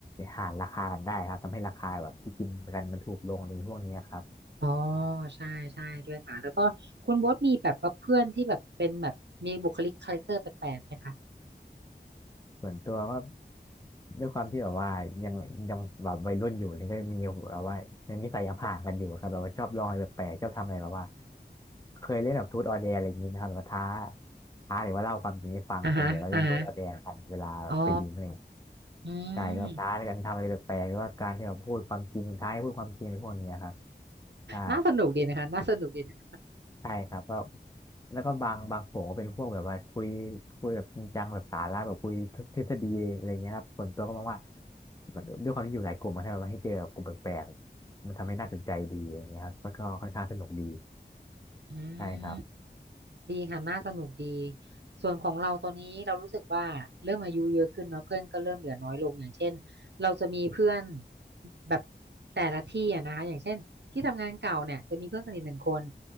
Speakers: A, on the left; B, on the right.
A: หารราคากันได้ครับทำให้ราคาแบบที่กินกันมันถูกลงหรือพวกนี้ครับ
B: อ๋อใช่ใช่ด้วยค่ะแล้วก็คุณโบ๊ทมีแบบว่าเพื่อนที่แบบเป็นแบบมีบุคลิกคาแรคเตอร์แปลกๆไหมคะ
A: ส่วนตัวก็ด้วยความที่แบบว่ายังยังแบบวัยรุ่นอยู่นี่ก็มีแบบว่ายังนิสัยยังห่างกันอยู่ครับแบบว่าชอบลองอะไรแปลกๆชอบทำอะไรแบบว่าเคยเล่นแบบทูตออเดร์อะไรอย่างนี้นะครับแบบว่าท้าท้าหรือว่าเล่าความจริงให้ฟังส่วนใหญ่ก็เล่นทูตออเดร์กันเวลาไปดิ้งอะไร
B: อ่าฮะอ่าฮะอ๋ออื
A: ใช่แบบท้าในการทำอะไรแปลกๆหรือว่าการที่แบบพูดความจริงท้ายพูดความจริงในพวกเนี้ยครับ
B: ม
A: ใช่
B: น่าสนุกดีนะคะน่าสนุกดีนะ
A: ใช่ครับก็แล้วก็บางบางโขก็เป็นพวกแบบว่าคุยคุยแบบจริงจังแบบสาระแบบคุยทฤษฎีอะไรเงี้ยครับส่วนตัวก็มองว่าด้วยความที่อยู่หลายกลุ่มมันทำให้เจอกลุ่มแปลกๆมันทำให้น่าสนใจดีอย่างเงี้ยครับก็ก็ค่อนข้างสนุกดี
B: อื
A: ใช่ครับ
B: ม ดีค่ะน่าสนุกดีส่วนของเราตอนนี้เรารู้สึกว่าเริ่มอายุเยอะขึ้นเนาะเพื่อนก็เริ่มเหลือน้อยลงอย่างเช่นเราจะมีเพื่อนแบบแต่ละที่อะนะคะอย่างเช่นที่ทำงานเก่าเนี่ยจะมีเพื่อนสนิทหนึ่งคน